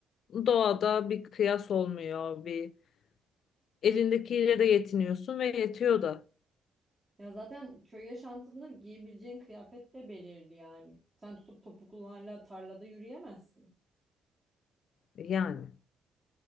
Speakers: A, on the left; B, on the right.
A: doğada bir kıyas olmuyor bir elindekiyle de yetiniyorsun ve yetiyor da
B: Ya zaten köy yaşantısında giyebileceğin kıyafet de belirli yani. Sen tutup topuklularla tarlada yürüyemezsin.
A: yani.